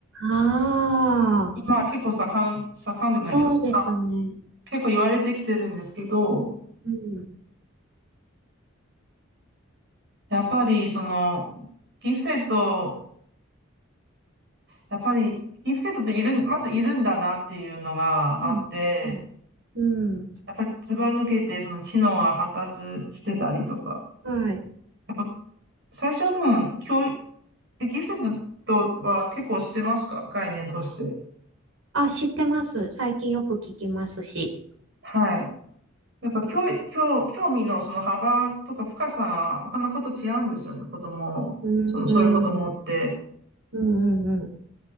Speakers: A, on the right (about 80°); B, on the right (about 55°).
A: ああ、
B: 今結構盛ん、盛んでもないけど、
A: そうですね。
B: ま結構言われてきてるんですけど、
A: うん。
B: やっぱりその、ギフテッド、やっぱりギフテッドっているん、まずいるんだなっていうのがあって、
A: うん。うん。うん。
B: やっぱりずば抜けてその知能が発達してたりとか、
A: はい。
B: やっぱ最初はでも教育、えギフテッドとは結構してますか概念として。
A: あ、知ってます。最近よく聞きますし。
B: はい。やっぱ教育、教、興味のその幅とか深さが他の子と違うんですよね、子供、
A: うーん。
B: その、そういう子供って。
A: うんうんう